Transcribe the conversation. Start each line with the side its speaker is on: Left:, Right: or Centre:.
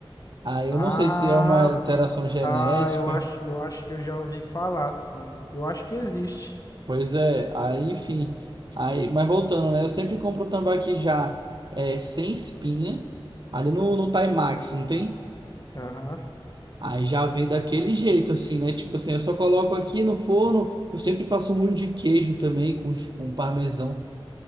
Right: Aí
Left: Ah,
Right: eu não sei se é uma alteração genética.
Left: tá. Eu acho, eu acho que eu já ouvi falar, sim. Eu acho que existe.
Right: Pois é, aí enfim. Aí, mas voltando, né? Eu sempre compro o tambaqui já é, sem espinha, ali no, no Timax, não tem?
Left: Aham.
Right: Aí já vem daquele jeito, assim, né? Tipo assim, eu só coloco aqui no forno. Eu sempre faço um molho de queijo também com, com parmesão.